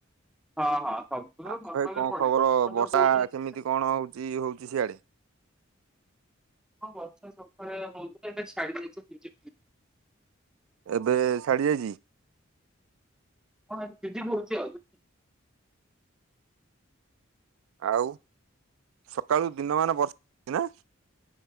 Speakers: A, in the centre; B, on the right.
A: ହଁ ହଁ। ସବୁବେଳେ
B: ଆ
A: ସକାଳେ
B: ଭାଇ କଣ
A: ପଡେ।
B: ଖବର
A: ଆପଣ
B: ବର୍ଷା
A: ଯୋଉ କହୁଛନ୍ତି
B: କେମିତି କଣ ହଉଚି ହଉଚି ସିଆଡେ?
A: ହଁ ବର୍ଷା ସକାଳେ ହଉଥିଲା ଏବେ ଛାଡି ଜାଇଛି
B: ଏବେ ଛାଡି ଯାଇଛି?
A: ହଁ ଦିଦି ବି ରହୁଛି ଆଉ।
B: ଆଉ ସକାଳୁ ଦିନ ମାନ ବର୍ଷା ହଉଛି ନା?